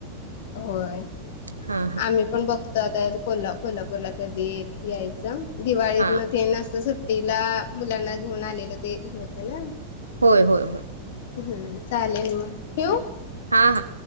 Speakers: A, on the left; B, on the right.
A: होय
B: हां हां
A: आम्ही पण बघतो आता कोल्हा कोल्हापूरला कधी यायचं दिवाळीतन
B: हां
A: ते असं सुट्टी सुट्टीला मुलांना घेऊन आलेलं ते होते ना
B: होय होय
A: हम्म चालेल मग ठेवू?
B: हा हा.